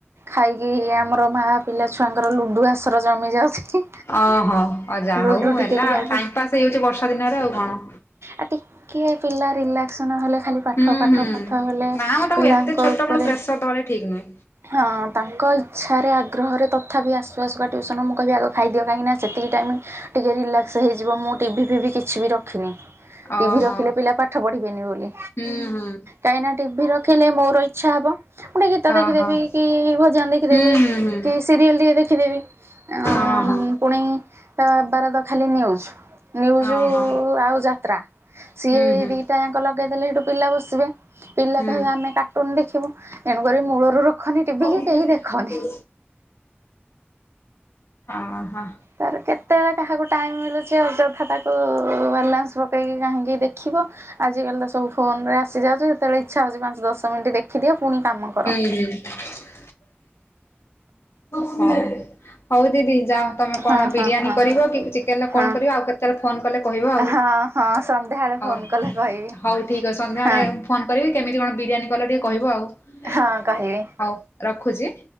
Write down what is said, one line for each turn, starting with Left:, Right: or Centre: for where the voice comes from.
Right: ଖାଇକି ଆମର ମା ପିଲା ଛୁଆଙ୍କର ଲୁଡୁ ଆସର ଜମି ଯାଉଚି
Left: ଓହୋ ଅ ଯାହା
Right: ଲୁଡୁ
Left: ହଉ ହେଲା
Right: ଟିକେ ଟିକେ
Left: ଆଉ
Right: ଆଉ
Left: ଟାଇମ ପାସ୍ ହେଇଯାଉଚି ବର୍ଷା ଦିନରେ ଆଉ କଣ।
Right: ଆଉ ତିକିଏ ପିଲା ରିଲାକ୍ସ ନ ହଲେ ଖାଲି ଖାଲି ପାଠ
Left: ହୁଁ
Right: ପାଠ
Left: ହୁଁ
Right: ପାଠ ହେଲେ
Left: ନା ମ ତାଙ୍କୁ
Right: ପିଲାଙ୍କ
Left: ଏତେ ଛୋଟ
Right: ଉପରେ
Left: ବେଳୁ ପ୍ରେସର ଦବାଟା ଠିକ ନୁହେଁ।
Right: ହଁ ତାଙ୍କ ଇଚ୍ଛାରେ ଆଗ୍ରହରେ ତ କଥା ବି ଆସୁ ଆସୁ ଟ୍ୟୁସନ ମୁଁ କହିଲି ଆଗ ଖାଇଦିଅ କାହିଁକିନା ସେତିକି ଟାଇମ ଟିକ କେ ରିଲାକ୍ସ ହେଇଯିବ ମୁଁ ଟିଭି ଫିଭି କିଛି ବି ରଖିନି।
Left: ଓହୋ
Right: ଟିଭି ରଖିଲେ ପିଲା ପାଠ ପଢିବେନି ବୋଲି
Left: ହୁଁ ହୁଁ
Right: କାହିଁ ନା ଟିଭିି ରଖିଲେ ମୋର ଇଚ୍ଛା ହବ। ଗୋଟେ ଗୀତା ଦେଖିଦେବି
Left: ଓହୋ।
Right: କି ଭଜନ ଦେଖିଦେବି
Left: ହୁଁ ହୁଁ ହୁଁ
Right: କି ସିରିଏଲ ଟିକେ ଦେଖିଦେବି। ଅ
Left: ହଁ ହଁ।
Right: ପୁଣି ତା ବାରଟା ଖାଲି ନ୍ୟୁଜ୍ ନ୍ୟୁଜ
Left: ଓହୋ
Right: ଓ ଆଉ ଯାତ୍ରା ସିଏ
Left: ହୁଁ ହୁଁ
Right: ଦିଟା ଯାକ ଲଗେଇଦେଲେ ସେଇଠୁ ପିଲା ବସିବେ। ପିଲା
Left: ହୁଁ।
Right: କହିବେ ଆମେ କାର୍ଟୁନ ଦେଖିବୁ, ତେଣୁକରି ମୂଳରୁ ରଖନି ଟିଭି
Left: ଓହୋ
Right: କି
Left: ହଉ
Right: କେହି
Left: ହଉ
Right: ଦେଖନି।
Left: ହଁ ହଁ।
Right: ତାର କେତେବେଳେ କାହାକୁ ଟାଇମ ମିଳୁଚି ଅଯଥା ତା ସେଠୁ ବାଲାନ୍ସ ପକେଇକି କାହିଁକି ଦେଖିବ ଆଜିକାଲି ତ ସବୁ ଫୋନରେ ଆସିଯାଉଚି, ଯେତେବେଳେ ଇଚ୍ଛା ହଉଚି ପାଞ୍ଚ ଦଶ ମିନିଟ ଦେଖିଦିଅ ପୁଣି କାମ କର।
Left: ହୁଁ। ହଉ ହଉଦିଦି ଯାଅ। ତମେ
Right: ହଁ
Left: କଣ ବିରିୟାନୀ
Right: ହଁ ହଁ
Left: କରିବ କି ଚିକେନ ରେ
Right: ହଁ
Left: କଣ କରିବ ଆଉ କେତେବେଳେ ଫୋନ କଲେ କହିବ ଆଉ।
Right: ହଁ ହଁ ସନ୍ଧ୍ୟାବେଳେ
Left: ହଉ
Right: ଫୋନ
Left: ହଉ
Right: କଲେ କହିବି।
Left: ଠିକ ଅଛି ସନ୍ଧ୍ୟାବେଳେ
Right: ହଁ
Left: ଫୋନ କରିବି କେମିତି କଣ ବିରିୟାନୀ କଲ ଟିକେ କହିବ ଆଉ
Right: ହଁ କହିବି
Left: ହଉ ରଖୁଚି।